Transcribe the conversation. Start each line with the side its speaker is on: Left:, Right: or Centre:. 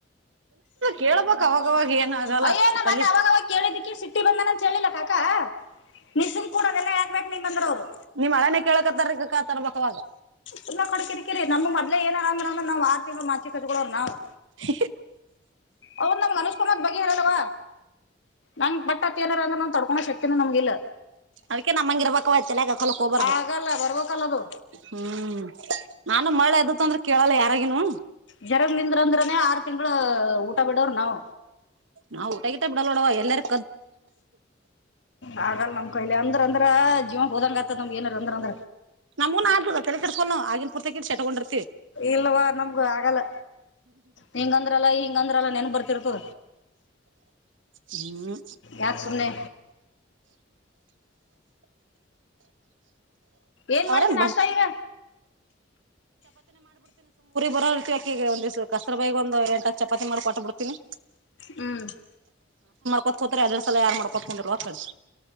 Right: ಕೇಳ್ಬಕ್ ಅವಾಗವಾಗ ಏನ್ ಆಗಲ್ಲ
Left: ಅಯ್ಯನ
Right: ತಲಿ
Left: ಮನ್ನ ಅವಾಗವಾಗ ಕೇಳಿದ್ದಿಕ್ಕೆ ಸಿಟ್ಟಿ ಬಂದನಂತ ಕೇಳಿಲ್ಲಾ ಕಾಕಾ ನಿಸುಮ ಕೂಡ ಅದೆಲ್ಲ ಹಾಗ್ಬೇಕು ನಿಮ್ಂದ್ರೆ ಅವರು
Right: ನಿಮ್ ಹಳೇನೆ ಕೇಳಕತ್ತಾರ ಕತರ್ಬೇಕ ಅವಾಗ
Left: ತುಂಬಾ ಕಡಕಿರಿಕಿರಿಮ್ ಮದ್ಲ ಏನರ ಅ್ರ್ರ ನಾವ್ ಆರು ತಿಂಗಗಳು ಮಾಚಿ ಕತ್ ನಾವವು
Right: ಹ
Left: ಅವೌದ ನಮ್ಗೆ ಅನುಷ್ ಕುಮಾರ್ ಬಗ್ ಹೇಳಲ್ವ ನಂಗ್ ಬಟ್ಟತ್ತ ಏನಾರ ಅಂದ್ರೆ ನ ತಡ್ಕೋ ಶಕ್ಯನ ನಮ್ಗ ಇಲ್ಲ
Right: ಅದಕ್ಕೆ ನಮ್ಮಂಗ ಇರ್ಬೇಕಯತಲೆ ಹಾಕಲಕ್ ಹಬಾರ್ದು
Left: ಆಗಲ್ಲ ಬರ್ಬೇಕಲ್ಲ ಅದು
Right: ಹ್ಮ್ ನಾನು ಮಳೆ ಅದತ್ ಅಂದ್ರೆ ಕೇಳಲ್ಲ ಯಾರಾಗಿನು
Left: ಜರಂಗ್ ದಿಂದ್ರ ಅಂದ್ರನೆ ಆರು ತಿಂಗಳ ಊಟ ಬಿಡವ್ರ ನಾವ
Right: ನಾ್ ಊಟಗಿ ಬಿಡಲ್ಡವ ಎಲ್ಲರೂ
Left: ಹಾಗಲ್ಲ ನಮ್ ಕೈಲಿ ಅಂದ್ರ ಅಂದ್ರ ಜೀವನ್ ಹೋದಂಗ ಆತದ ನಮ್ ಏನಾರ ಅಂದ್ರ
Right: ನಮ್ಮೂನು ಆದಲ್ಲ ತೆ ಕರ್ಕೊ ಆಗಿನ ಪರ್ಕಿಟ್ ಚಟಕೊಂಡ್ರ
Left: ಇಲ್ವಾ ನಮ್ಗು ಆಗಲ್ಲ ಹಂಗಂದ್ರಲ್ಲಾ ಹಿಂಗಂದ್ರಲ್ಲ ನೆನ್ ಬರ್ತಿರ್ತ
Right: ಹ್ಮ್
Left: ಯಾಕ ಸುಮ್ನೆ ಏನ್ ಮಾಡ್ತೀನಿ
Right: ಅವ್ರೇನ್ ಬ
Left: ಅಷ್ಟ ಈಗ
Right: ಬರಲ್ ಇರ್ತಿವಿ ಅಕಗ ಒಂದ ಕಸರ ಬೈಗ್ ಒಂದು ಎಂಟ್ ಚಪಾತಿ ಮಾಡಿ ಕೊಟ್ಟ ಬಿಡ್ತಿನಿ
Left: ಹ್ಮ್
Right: ಕತ್ಕೋತರಿ ಅದರ ಸಲ ಯಾರ್ ಮಾಡ್ಕೊಂಡಿ ಕಿ